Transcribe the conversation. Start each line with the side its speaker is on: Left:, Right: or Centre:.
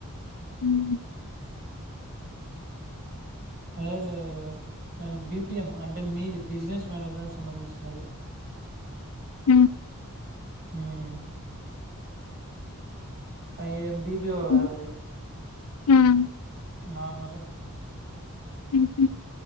Left: హ్మ్
Right: అదే మ బి పి ఎం అంటే మీ బిజినెస్ మేనేజ్మెంట్ సంబంధించినది
Left: ఉ
Right: హ్మ్ అ ఎం బి పి ఓ
Left: హ్మ్.
Right: కాదది
Left: హ్మ్
Right: నార్మలే
Left: హ్మ్ ఉ